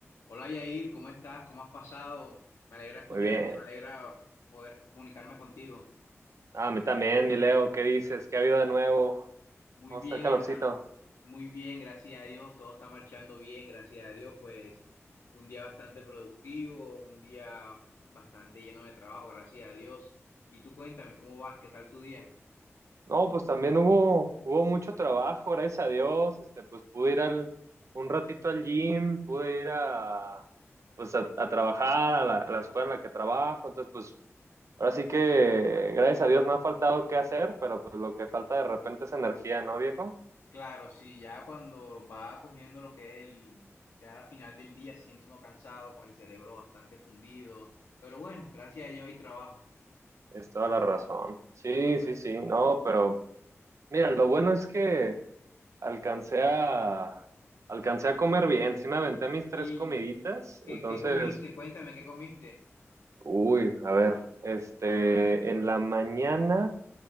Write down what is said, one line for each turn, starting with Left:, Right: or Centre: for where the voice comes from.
Left: Hola Yair, ¿cómo estás? ¿Cómo has pasado? Me alegra escucharte,
Right: Muy bien.
Left: me alegra poder comunicarme contigo.
Right: Ah, A mí también, mi Leo, ¿qué dices? ¿Qué ha habido de nuevo?
Left: Muy
Right: ¿Cómo
Left: bien,
Right: está el calorcito?
Left: hermano. Muy bien, gracias a Dios. Todo está marchando bien, gracias a Dios. Pues fue un día bastante productivo, un día bastante lleno de trabajo, gracias a Dios. Y tú cuéntame, ¿cómo vas? ¿Qué tal tu día?
Right: No, pues también hubo, hubo mucho trabajo, gracias a Dios. Este, pues pude ir al, un ratito al gym, pude ir a, pues a, a trabajar, a la, a la escuela en la que trabajo. Entonces, pues ahora sí que, gracias a Dios, no ha faltado qué hacer, pero pues lo que falta de repente es energía, ¿no, viejo?
Left: Claro, sí, ya cuando va cogiendo lo que es el, ya al final del día, se siente uno cansado, con el cerebro bastante fundido. Pero bueno, gracias a Dios hay trabajo.
Right: Es toda la razón. Sí, sí, sí, no, pero mira, lo bueno es que alcancé a, alcancé a comer bien, sí me aventé mis tres
Left: Sí.
Right: comiditas,
Left: ¿Qué,
Right: entonces,
Left: qué comiste? Cuéntame, ¿qué comiste?
Right: uy, a ver, este, en la mañana